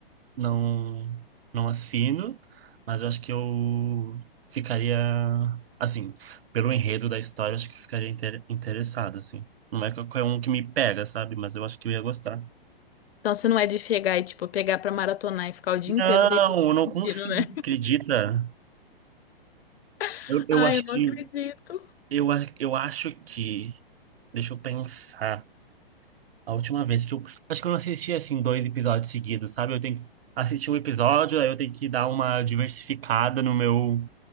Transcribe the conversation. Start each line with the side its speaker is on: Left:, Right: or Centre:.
Right: não não assino, mas eu acho que eu ficaria assim, pelo enredo da história, acho que eu ficaria inter- interessado assim. Não é qualquer um que me pega, sabe? Mas eu acho que eu ia gostar.
Left: Então você não é de chegar e, tipo, pegar pra maratonar e ficar o dia
Right: Não,
Left: inteiro deitado
Right: eu não
Left: assistindo,
Right: consigo,
Left: né?
Right: você acredita?
Left: <laughs>
Right: Eu, eu
Left: Ai,
Right: acho
Left: eu não
Right: que
Left: acredito.
Right: eu, a- eu acho que deixa eu pensar. A última vez que eu acho que eu não assisti assim dois episódios seguidos, sabe? Eu tenho que assistir um episódio, aí eu tenho que dar uma diversificada no meu